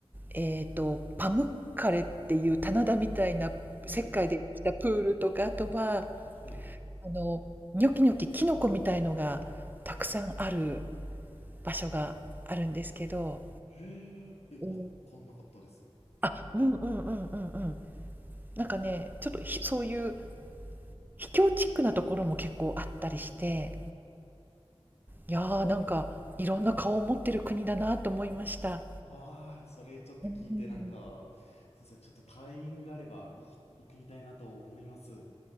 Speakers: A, on the right (about 15°); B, on the left (about 80°).
A: えーと、パムッカレっていう棚田みたいな石灰でできたプールとか、
B: <laughs>
A: あとは
B: はい。
A: あのニョキニョキキノコみたいのがたくさんある。場所があるんですけど
B: へえ、え、わかんなかったです。
A: うん。あ、うんうんうんうんうん。なんかね、ちょっと、ひそういう秘境チックなところも結構あったりして、いや、ーなんかいろんな顔を持ってる国だなと思いました。
B: わーい、それちょっと聞いて、
A: うーん。
B: なんか、そうですね、ちょっとタイミングがあれば、い行ってみたいなと思います。